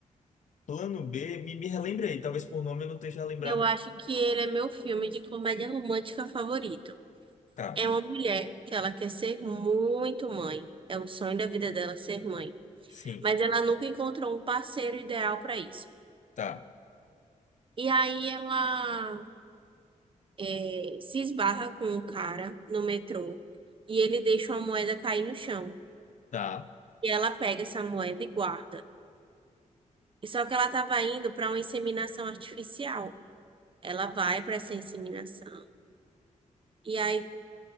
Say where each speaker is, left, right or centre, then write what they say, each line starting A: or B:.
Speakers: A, on the left (about 65°); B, on the right (about 40°).
A: Plano B, me, me relembre aí, talvez por nome eu não esteja lembrado.
B: Eu acho que ele é meu filme de comédia romântica favorito.
A: Tá,
B: É
A: me-
B: uma mulher que ela quer ser muito mãe. É o sonho da vida dela ser mãe.
A: sim,
B: mas ela nunca encontrou um parceiro ideal para isso.
A: tá,
B: E aí ela é, se esbarra com um cara no metrô e ele deixa uma moeda cair no chão.
A: tá,
B: E ela pega essa moeda e guarda. E só que ela estava indo para uma inseminação artificial. Ela vai para essa inseminação e aí